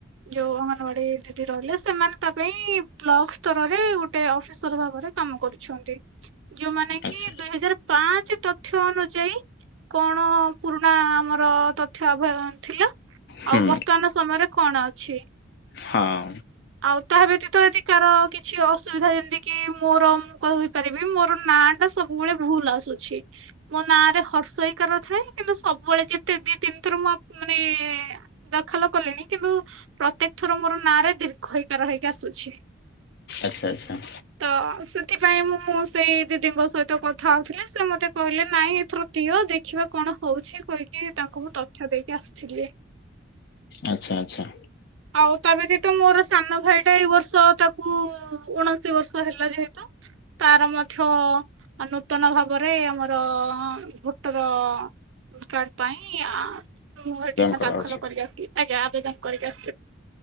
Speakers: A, on the right (about 80°); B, on the left (about 55°).
A: ଯୋଉ ଅଙ୍ଗନବାଡି ଦିଦି ରହିଲେ ସେମାନେ ତା ପାଇଁ ବ୍ଲକ ସ୍ତରରେ ଗୋଟେ ଅଫିସର ଭାବରେ କାମ କରୁଛନ୍ତି। ଯୋଉ ମାନେ
B: ଆଚ୍ଛା
A: କି ଦୁଇ ହଜାର ପାଞ୍ଚ ତଥ୍ୟ ଅନୁଯାୟୀ କଣ ପୁରୁଣା ଆମର ତ ଥ୍ୟ ଥିଲା
B: ହୁଁ
A: ଆଉ ବର୍ତ୍ତମାନ ସମୟରେ କଣ ଅଛି?
B: ହଁ।
A: ଆଉ ତାହା ବ୍ୟତୀତ ଏତିି କାର କିଛି ଅସୁବିଧା ଯେମିତି କି ମୋର ମୁଁ କହିପାରିବି ମୋର ନା ଟା ସବୁବେଳେ ଭୁଲ ଆସୁଛି ମୋ ନାଁରେ ହର୍ଷଇକାର ଥାଏ କିନ୍ତୁ ସବୁବେଳେ ଯେତେ ଦି ତିନି ଥର ମୁଁ ମାନେ ଦାଖଲ କଲିଣି କିନ୍ତୁ ପ୍ରତ୍ୟେକ ଥର ମୋର ନାଁ ରେ ଦୀର୍ଘ ଇକା ର ହେଇକି ଆସୁଛି।
B: ଆଚ୍ଛା-ଆଚ୍ଛା।
A: ତ ସେଥିପାଇଁ ମୁଁଁ ସେଇ ଦିଦିଙ୍କ ସହିତ କଥା ହଉଥିଲି ସେ ମତେ କହିଲେ ନାଇଁ ଏଥିରୁ ଦିଅ ଦେଖିବା କଣ ହଉଛି କହିକି ତାଙ୍କୁ ତଥ୍ୟ ଦେଇକି ଆସିଥିଲି।
B: ଆଚ୍ଛା-ଆଚ୍ଛା।
A: ଆଉ ତା ବ୍ୟତୀତ ମୋର ସାନ ଭାଇ ଟା ଏଇ ବର୍ଷ ତାକୁ-ଉ-ଉ-ଉ ଉଣେଇଶି ବର୍ଷ ହେଲା ଯେହେତୁ। ତାର ମଧ୍ୟ ନୂତନ ଭାବରେ ଆମର-ଅ-ଅ-ଅ ଭୋଟର କାର୍ଡ ପାଇଁ ଆ-ଆ ମୁଁ ସେଠି
B: କରାଉ
A: ଦାଖଲ କରିକି ଆସିଲି ଆଜ୍ଞା ଆବେଦନ କରିକି ଆସିଲି।